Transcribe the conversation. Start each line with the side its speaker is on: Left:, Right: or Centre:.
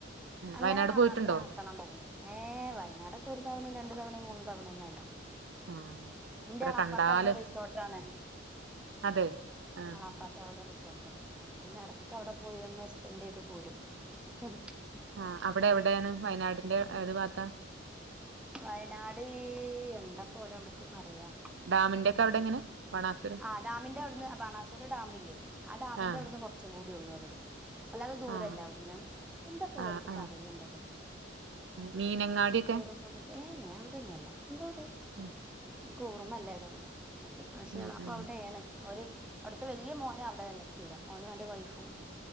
Right: ഉം
Centre: അങ്ങനെ
Right: വയനാട്
Centre: മാത്ര
Right: പോയിട്ടുണ്ടോ
Centre: ആക്കണം പറയാ ഏ വയനാടൊക്കെ ഒരു തവണയും രണ്ടു തവണയും മൂന്ന് തവണ എങ്ങാണ്ട്
Right: ആഹ്
Centre: എന്റെ
Right: എത്ര
Centre: എളാപ്പക്ക്
Right: കണ്ടാല്
Centre: അവിടെ റിസോർട്ടാണ്
Right: അതെ ആഹ്
Centre: ആളാപ്പക്ക് അവിടെ റിസോർട്ട് ഉണ്ട് ആ പിന്നെ ഇടക്ക അവിടെ പോയി ഒന്ന് സ്പെൻഡ് ചെയ്ത് പോരും ഹ
Right: ആ അവിടെ എവിടെയാണ് വയനാടിന്റെ ഏത് പാത്ത
Centre: വയനാട് എന്താ പോല അവിടക്ക് പറയാ
Right: ഡാമിന്റെ അവിടെ എങ്ങനെ ബാണാസുര
Centre: ആ ഡാമിന്റെ അവിടുന്ന് ബാനാസുര ഡാമില്ലേ ആ ഡാമിന്റെ
Right: ആഹ്
Centre: അവിടുന്ന് കുറച്ചും കൂടി ഉള്ളൂവനടുക്ക് അല്ലാതെ ദൂരല്ല
Right: ആഹ്
Centre: അവിടന്ന് എന്താ പോല
Right: ആഹ്
Centre: അവിടുക്ക്
Right: ആഹ്
Centre: പറലണ്ടല്ലോ
Right: മീനങ്ങാടിയൊക്കെ
Centre: പോറ പറ ഏയ് അവിടന്നല്ല എന്തോര്
Right: ഉം
Centre: കുർമല്ലത് താനും പക്ഷെളാ
Right: ഉം
Centre: അ
Right: ഉം
Centre: അവിടെയാണ് ഒരു അവിടുത്തെ വല്ല്യ മോനും അവിടെയാണ് സ്ഥിരം അവനും അവന്റെ വൈഫും